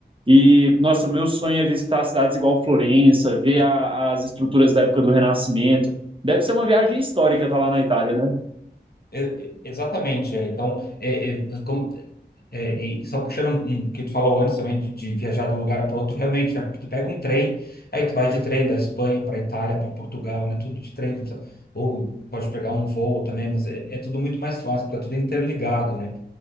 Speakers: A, on the right; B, on the left.
A: E, nossa, meu sonho é visitar cidades igual Florença, ver a- as estruturas da época do Renascimento. Deve ser uma viagem histórica estar lá na Itália, né?
B: E- e- Exatamente, é. Então, é, é, como- é, é, e só puxando um um que tu falou antes também de, de viajar de um lugar para outro, realmente, é, porque tu pega um trem, aí tu vai de trem da Espanha para Itália, para Portugal, né? Tudo de trem, tu não precisa- ou pode pegar um voo também, mas é, é tudo muito mais fácil, porque é tudo interligado, né?